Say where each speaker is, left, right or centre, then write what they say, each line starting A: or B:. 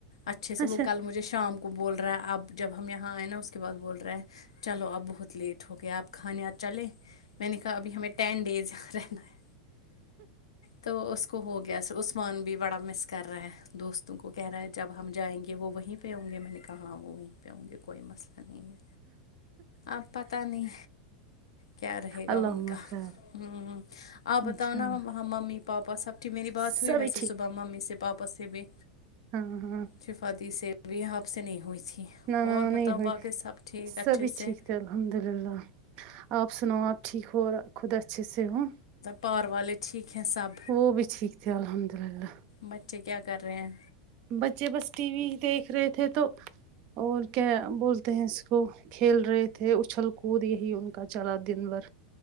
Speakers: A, on the left (about 70°); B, on the right (about 45°).
A: اچھے سے
B: اچھا
A: وہ کل مجھے شام کو بول رہا ہے اب جب ہم یہاں آئے نا اس کے بعد بول رہا ہے چلو اب بہت لیٹ ہو گیا آپ کھانے آ چلے میں نے کہا ابھی ہمیں ٹین ڈیز رہنا ہے تو اس کو ہو گیا عثمان بھی بڑا مس کر رہا ہے دوستوں کو کہہ رہا ہے جب ہم جائیں گے وہ وہیں پہ ہوں گے میں نے کہا وہ وہیں پہ ہوں گے کوئی مسئلہ نہیں ہے اب پتہ نہیں کیا رہے گا
B: اللہم
A: ان کا
B: خیر
A: ہمم آپ
B: انشاء
A: بتاؤ
B: اللہ
A: نا وہاں ممی پاپا سب میری بات
B: سبھی
A: ہوئی ویسے صبح ممی سے پاپا سے بھی
B: ہمم ہمم
A: شفا دی سے بھی آپ سے نہیں ہوئی تھی
B: نہ
A: اور
B: نہ
A: بتاؤ
B: نہیں ہوئی
A: باقی سب ٹھیک
B: سبھی
A: اچھے سے
B: ٹھیک الحمد للہ آپ سناؤ آپ ٹھیک ہو اور خود اچھے سے ہو
A: گھر والے ٹھیک ہیں سب
B: وہ بھی ٹھیک تھے الحمد للہ
A: بچے کیا کر رہے ہیں
B: بچے بس ٹی وی دیکھ رہے تھے تو اور کیا بولتے ہیں اس کو کھیل رہے تھے اچھل کود یہی ان کا چلا دن بھر